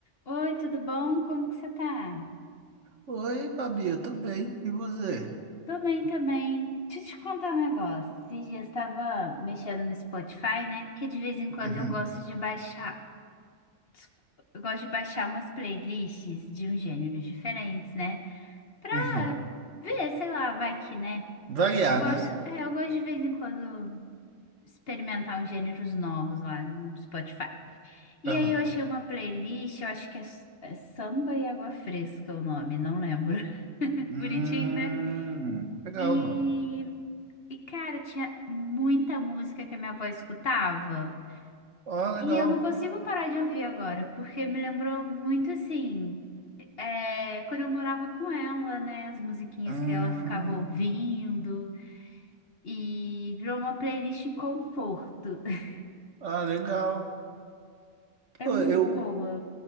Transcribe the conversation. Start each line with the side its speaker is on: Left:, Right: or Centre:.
Left: Oi, tudo bom? Como que você tá?
Right: Oi, Babi, eu tô bem. E você?
Left: Tô bem também. Deixa eu te contar um negócio. Esses dias estava mexendo no Spotify, né? Porque de vez em quando
Right: Uhum,
Left: eu gosto de baixar, desculpa, eu gosto de baixar umas playlists de uns gêneros diferentes, né? Pra
Right: uhum.
Left: ver, sei lá, vai que, né?
Right: Variar,
Left: Eu gosto,
Right: né?
Left: é, eu gosto de vez em quando experimentar uns gêneros novos lá no Spotify. E
Right: Aham.
Left: aí eu achei uma playlist, eu acho que é, s- é Samba e Água Fresca o nome, não lembro. <laughs>
Right: Hum,
Left: Bonitinho, né?
Right: legal
Left: E,
Right: o nome.
Left: e, cara, tinha muita música que a minha avó escutava.
Right: Ó, legal.
Left: E eu não consigo parar de ouvir agora, porque me lembrou muito assim, é, quando eu morava com ela, né? As musiquinhas
Right: Hum,
Left: que ela ficava ouvindo. E virou uma playlist conforto. <laughs>
Right: ah, legal.
Left: É
Right: Pô,
Left: muito
Right: eu,
Left: boa.